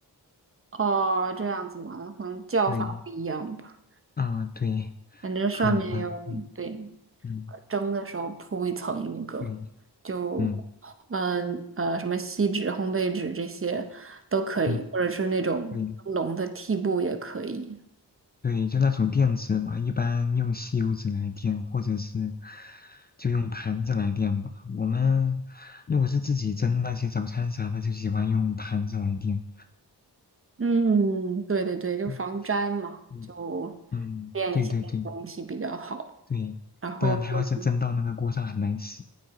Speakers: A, on the right (about 30°); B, on the left (about 25°).
A: 哦，这样子嘛，可能叫法不一样吧。
B: 对，啊、对，
A: 反正上面要对，
B: 可能吧，嗯嗯，
A: 呃蒸的时候铺一层那个，
B: 对。
A: 就
B: 嗯。
A: 嗯呃什么锡纸、烘焙纸这些都可以，
B: 嗯，
A: 或者是那种蒸笼的屉布也可以。
B: 对对，就那种垫子嘛，一般用吸油纸来垫，或者是就用盘子来垫吧。我们如果是自己蒸那些早餐啥的，就喜欢用盘子来垫。
A: 嗯，对对对，就防粘嘛，
B: 嗯，嗯，
A: 就
B: 嗯对对对
A: 垫一些东西比较好。
B: 对，
A: 然后就
B: 不然它要是蒸到那个锅上很难洗。